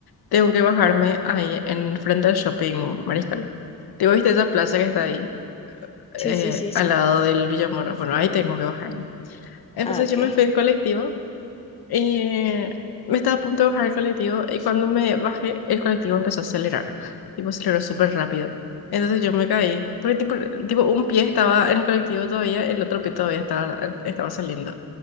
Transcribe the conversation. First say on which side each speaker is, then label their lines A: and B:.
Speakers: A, on the left (about 80°); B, on the left (about 15°).
A: tengo que bajarme ahí en frente al shopping Mariscal. Digo, ¿viste esa plaza que está ahí, eh,
B: Sí, sí, sí,
A: al
B: sí.
A: lado del Villamorra? Bueno, ahí tengo que bajarme. Entonces
B: Ah, ok.
A: yo me fui en colectivo Eh, me estaba a punto de bajar el colectivo y cuando me bajé, el colectivo empezó a acelerar. Tipo, aceleró súper rápido. Entonces yo me caí. Porque tipo, tipo, un pie estaba en el colectivo todavía, el otro pie todavía estaba, estaba saliendo.